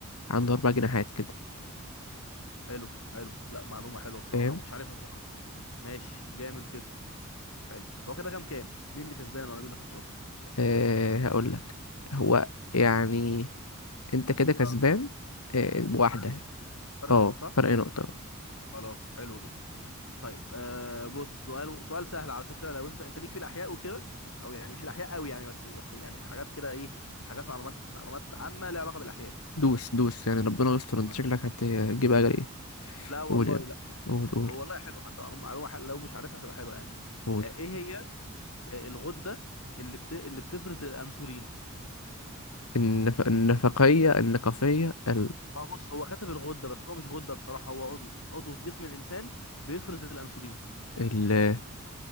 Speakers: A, on the left; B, on the left.
A: عنده أربع جناحات كده
B: حلو حلو لا معلومة حلوة بصراحة
A: فاهم
B: أنا ما كنتش عارفها بصراحة ماشي جامد جدا حلو هو كده كام كام مين اللي كسبان ولا مين اللي خسران
A: أه هقول لك هو يعني انت كده كسبان
B: اه
A: أه بواحدة
B: فرق نقطة فرق
A: اه
B: نقطة صح
A: فرق نقطة
B: خلاص حلو جدا طيب آه بص سؤال سؤال سهل على فكره لو انت انت ليك في الاحياء وكده او يعني مش الاحياء قوي يعني بس بس يعني حاجات كده ايه حاجات معلومات معلومات عامه ليها علاقه بالاحياء
A: دوس دوس يعني ربنا يستر انت
B: طيب
A: شكلك هتجيب اجل ايه
B: لا والله
A: قول يا ابني
B: لا بص
A: قول
B: سو-
A: قول
B: والله حلو حتى معلومه معلومه حلوة، لو مش عارفها تبقى حلوه يعني
A: قول
B: آه ايه هي آه الغده اللي بت... اللي بتفرز الانسولين
A: النف... النفقية النقفية ال...
B: ما هو بص هو كتب الغده بس هو مش غده بصراحه هو عضو عضو في جسم الانسان بيفرز الانسولين
A: ال...